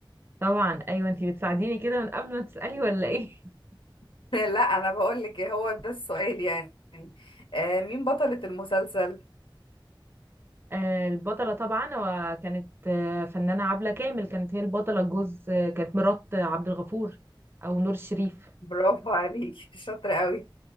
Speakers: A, on the right; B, on the left.
A: طبعا ايوه انتي بتساعديني كده من قبل ما تسالي ولا ايه <laughs>
B: <laughs> لا أنا بقولك إيه هو ده السؤال يعني آه مين بطلة المسلسل
A: آه، البطله طبعا وكانت آه، فنانه عبله كامل كانت هي البطله جوز آه، كانت مرات آه، عبد الغفور او نور الشريف
B: برافو عليكي <laughs> شاطرة قوي